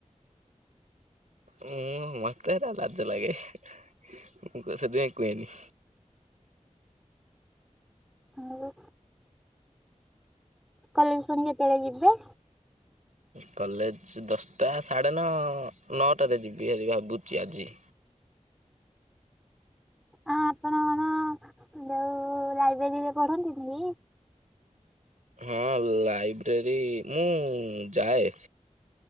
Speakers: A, on the right; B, in the centre.
A: <inaudible> ମତେ ହେରା ଲାଜ ଲାଗେ ମୁଁ ସେଥିପାଇଁ କୁହେନି।
B: ମୁଁ କଲେଜ ପୁଣି କେତେବେଳେ ଯିବେ?
A: କଲେଜ ଦଶଟା ସାଢ଼େ ନଅ ନଅଟାରେ ଯିବି ହାରି ଭାବୁଛି ଆଜି।
B: ଅ ଆପଣ କଣ ଯୋଉ ଲାଇବ୍ରେରୀରେ ପଢ଼ନ୍ତିନି କି?
A: ହଁ ଲାଇବ୍ରେରୀ ମୁଁ ଯାଏ।